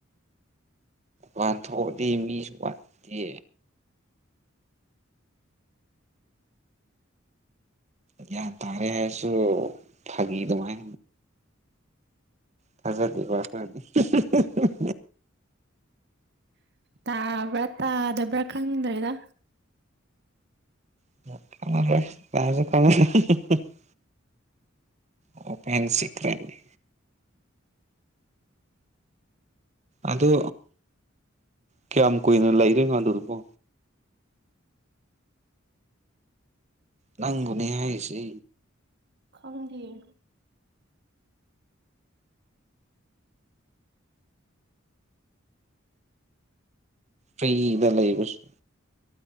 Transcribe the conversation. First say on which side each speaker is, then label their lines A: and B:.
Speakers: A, on the right (about 35°); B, on the right (about 55°).
A: ꯋꯥꯥꯟ ꯊꯣꯛꯑꯗꯤ ꯃꯤꯁꯨ ꯋꯥꯠꯇꯦ ꯒꯌꯥꯟ ꯇꯥꯔꯦ ꯍꯥꯏꯁꯨ ꯐꯒꯤꯗꯨꯃꯥꯏ <unintelligible>
B: ꯇꯥꯕ꯭ꯔꯥ ꯇꯥꯗꯕ꯭ꯔꯥ ꯈꯪꯗ꯭ꯔꯦꯗ
A: <unintelligible> ꯑꯣ ꯐꯦꯟ ꯁꯤꯀꯔꯦꯅꯤ ꯑꯗꯣ ꯀꯌꯥꯝ ꯀꯨꯏꯅ ꯂꯩꯗꯨꯏꯅꯣ ꯑꯗꯨꯗꯨꯕꯣ ꯅꯪꯕꯨꯅꯦ ꯍꯥꯏꯁꯦ
B: ꯈꯪꯗꯤꯌꯦ
A: ꯐꯩꯗ ꯂꯩꯕꯁ